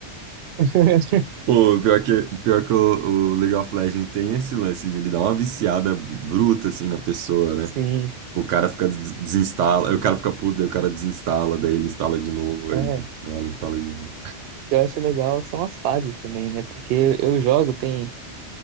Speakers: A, on the right (about 65°); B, on the right (about 80°).
A: <laughs>
B: Pô, pior que, pior que o, o League of Legends tem esse lance de ele dar uma viciada bruta, assim, na pessoa, né?
A: Sim,
B: Tipo, o cara fica, des- desinstala, aí o cara fica puto, daí o cara desinstala, daí ele instala de novo, aí
A: é.
B: ele instala, instala de novo.
A: O que eu acho legal são as fases também, né? Porque eu jogo tem